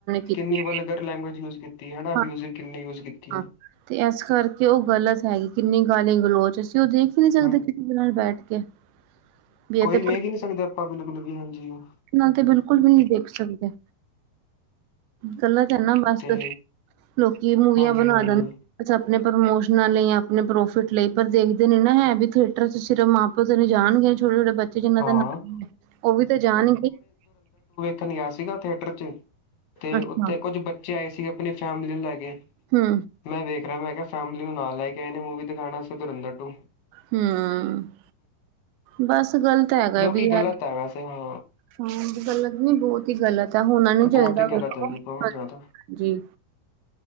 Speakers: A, on the right; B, on the left.
A: ਕੀਤੀ
B: ਕਿੰਨੀ ਵਲਗਰ ਲੈਗਵੇਜ ਯੂਜ ਕੀਤੀ ਹਨਾ, ਅਬਿਊਜਿੰਗ
A: ਹਾਂ
B: ਕਿੰਨੀ ਯੂਜ ਕੀਤੀ
A: ਹਾਂ
B: ਆ।
A: ਤੇ ਏਸ ਕਰਕੇ ਔ ਗ਼ਲਤ ਹੈਗੀ, ਕਿੰਨੀ ਗਾਲੀ ਗਲੋਚ, ਅਸੀਂ ਓਹ ਦੇਖ ਹੀ ਨੀ ਸਕਦੇ,
B: ਹੂੰ
A: ਉਦੇ ਨਾਲ ਬੈਠ ਕੇ। ਵੀ ਇਹ
B: ਕੋਈ
A: ਤੇ
B: ਵੇਖ ਹੀ ਨੀ ਸਕਦੇ, ਅਪਾਂ ਬਿਲਕੁਲ ਵੀ ਹਾਂਜੀ ਔ।
A: ਨਾਲ ਤੇ ਬਿਲਕੁਲ ਵੀ ਨੀ ਦੇਖ ਸਕਦੇ। ਕਰਨਾ, ਧਰਨਾ ਬਸ
B: ਤੇ
A: ਲੋਕੀ ਮੂਵੀਆਂ
B: ਹਾਂਜੀ
A: ਬਣਵਾ
B: ਹਾਂਜੀ
A: ਲੈਣ, ਅੱਛਾ ਅਪਣੇ ਪ੍ਰਮੋਸ਼ਨਾਂ ਲਈ ਯਾ ਅਪਣੇ ਪ੍ਰੋਫਿਟ ਲਈ ਪਰ ਦੇਖਦੇ ਨੀ ਨਾ ਹੈ, ਬੀ ਥੀਏਟਰ ਚ ਸਿਰਫ ਮਾ, ਔਦਾ ਤਾ ਜਾਣਗੇ ਛੋਟੇ-ਛੋਟੇ ਬੱਚੇ ਜਿੰਨ੍ਹਾਂ
B: ਹਾਂ
A: ਦੇ ਨ, ਓਹ ਵੀ ਤੇ ਜਾਣ,
B: ਧਨੀਆ ਸੀਗਾ ਥੀਏਟਰ 'ਚ ਤੇ
A: ਅੱਛਾ
B: ਉੱਥੇ ਕੁੱਝ ਬੱਚੇ ਆਏ ਸੀਗੇ ਅਪਣੀ ਫੈਮਿਲੀ ਨੂੰ ਲੈ ਕੇ।
A: ਹੂੰ
B: ਮੈਂ ਵੇਖ ਰਿਆ ਮੈਂ ਕਿਹਾ ਫੈਮਲੀ ਨੂੰ ਨਾਲ ਲੈ ਕੇ ਆਏ ਨੇ ਮੂਵੀ ਦਿਖਾਣ ਅਸਤੇ ਧੂਰੰਦਰ ਟੂ
A: ਹੂੰ ਬਸ ਗਲਤ ਹੈਗਾ
B: ਜੋ
A: ਏ
B: ਕਿ
A: ਬੀ
B: ਗ਼ਲਤ
A: ਐ।
B: ਹੈ ਵੈਸੇ ਹਾਂ
A: ਹਾਂ ਗਲਤ ਨੀ ਬੌਤ ਹੀ ਗਲਤ ਹੈ ਹੋਣਾ ਨੀ
B: ਬਹੁਤ
A: ਚਾਹੀਦਾ
B: ਹੀ ਗ਼ਲਤ
A: ਵੇਖੋ
B: ਹੈਗੀ ਬਹੁਤ ਜ਼ਿਆਦਾ
A: ਜੀ।